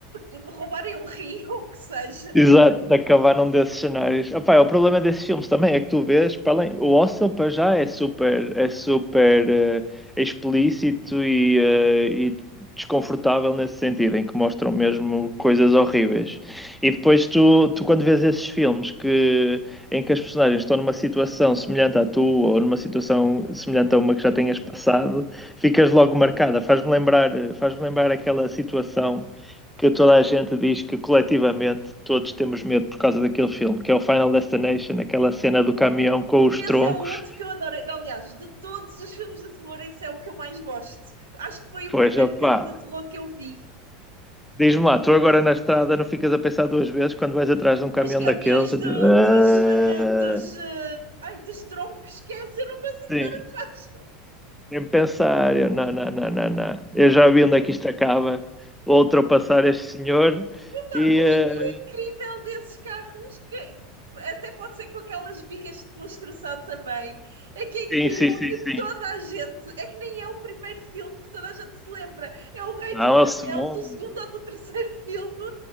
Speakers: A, on the right (about 85°); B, in the centre.
A: me, me roubarem um rio <laughs> ou o que seja,
B: Exato, de acabar num desses cenários. Opá, é o problema desses filmes também é que tu vês, para além, o Hostel para já é super, é super eh, explícito e, eh, e desconfortável nesse sentido, em que mostram mesmo coisas horríveis. E depois tu, tu quando vês esses filmes que, em que as personagens estão numa situação semelhante à tua ou numa situação semelhante a uma que já tenhas passado, ficas logo marcada. Faz-me lembrar, faz-me lembrar aquela situação que toda a gente diz que coletivamente todos temos medo por causa daquele filme, que é o Final Destination, aquela cena do caminhão com os
A: esse
B: troncos.
A: é o outro que eu adorei. Aliás, de todos os filmes de terror, esse é o que eu mais gosto. Acho que foi o
B: Pois,
A: primeiro
B: opá,
A: filme de terror que eu vi.
B: diz-me lá, tu agora na estrada não ficas a pensar duas vezes quando vais atrás de um caminhão
A: nos caminhões
B: daqueles? Eu
A: do-
B: Digo, ah,
A: dos, eh, dos, eh, ai, dos troncos, esquece, eu não consigo
B: sim,
A: dar desculpa.
B: nem pensar, eu, não, não, não, não, não. Eu já vi onde é que isto acaba, vou ultrapassar este senhor
A: O,
B: e...
A: in- o incrível
B: ah,
A: desses carros, que até pode ser com aquelas vigas de construção também, é que é incrível
B: sim, sim, sim,
A: que
B: sim.
A: toda a gente, é que nem é o primeiro filme que toda a gente se lembra, é o rei
B: Não,
A: do caminhão
B: ao segundo,
A: do segundo ou do terceiro filme,